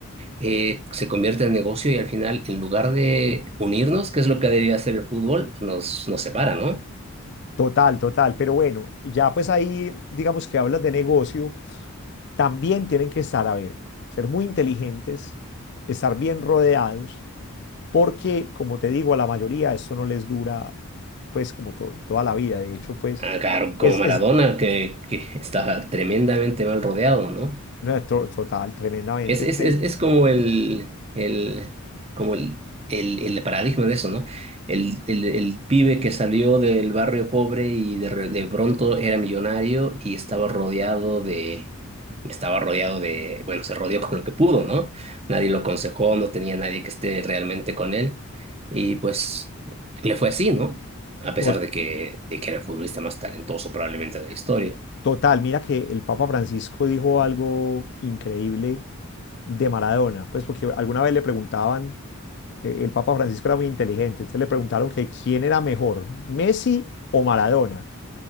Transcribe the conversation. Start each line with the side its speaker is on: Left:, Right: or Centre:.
Right: eh, se convierte en negocio y al final, en lugar de unirnos, que es lo que debería hacer el fútbol, nos, nos separa, ¿no?
Left: Total, total, pero bueno, ya pues ahí digamos que hablas de negocio, también tienen que estar, a ver, ser muy inteligentes, estar bien rodeados, porque como te digo, a la mayoría esto no les dura pues como to- toda la vida, de hecho pues
Right: Ah, claro, como
Left: es,
Right: Maradona,
Left: es
Right: que, que estaba tremendamente mal rodeado, ¿no?
Left: no, to- total, tremendamente,
Right: Es, es,
Left: Pe-
Right: es, es como el, el, como el, el, el paradigma de eso, ¿no? El, el, el pibe que salió del barrio pobre y de, re- de pronto era millonario y estaba rodeado de, estaba rodeado de, bueno, se rodeó con lo que pudo, ¿no? Nadie lo aconsejó, no tenía nadie que esté realmente con él y pues le fue así, ¿no? A pesar
Left: to-
Right: de que, de que era el futbolista más talentoso probablemente de la historia.
Left: total, mira que el Papa Francisco dijo algo increíble de Maradona, pues porque alguna vez le preguntaban eh, el Papa Francisco era muy inteligente, entonces le preguntaron que quién era mejor, Messi o Maradona,